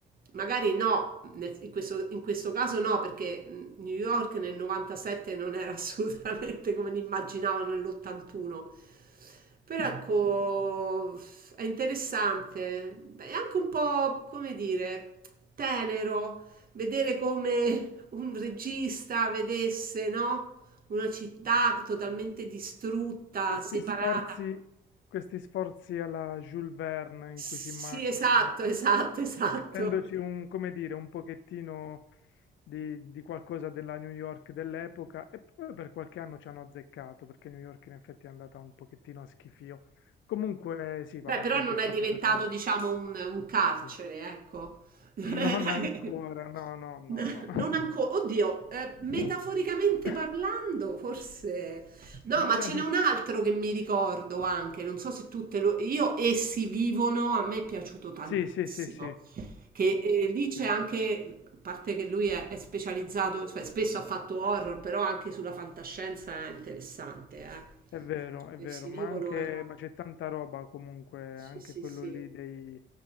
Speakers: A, on the right; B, on the left.
A: magari no, nel- in questo, in questo caso no, perché mh, New York nel 97 non era <laughs> assolutamente come l'immaginavano nell'81. Però ecco, è interessante, è anche un po', come dire, tenero Vedere come un regista vedesse, no? Una città totalmente distrutta,
B: Questi
A: separata.
B: sforzi, questi sforzi alla Jules Verne
A: Sì,
B: in cui si immaginano,
A: esatto, esatto, esatto.
B: mettendoci un, come dire, un pochettino di, di qualcosa della New York dell'epoca e poi per qualche anno ci hanno azzeccato perché New York in effetti è andata un pochettino a schifio. Comunque sì, vabbè,
A: Beh, però
B: poi
A: non
B: purtroppo
A: è diventato,
B: per loro
A: diciamo, un, un carcere,
B: sì.
A: ecco. <laughs>
B: Non ancora, no, no, no, no.
A: Non ancora, oddio, eh, metaforicamente
B: <laughs>
A: parlando, forse. No, ma
B: Beh,
A: ce n'è un altro che mi ricordo anche, non so se tutte lo... Io, essi vivono, a me è piaciuto tantissimo.
B: Sì, sì, sì, sì. Eh,
A: che eh, lì c'è
B: sì.
A: anche, a parte che lui è, è specializzato, cioè, spesso ha fatto horror, però anche sulla fantascienza è interessante, eh.
B: È vero, è
A: Persi
B: vero, ma
A: vivono
B: anche,
A: era...
B: ma c'è tanta roba comunque,
A: Sì,
B: anche
A: sì,
B: quello
A: sì.
B: lì dei-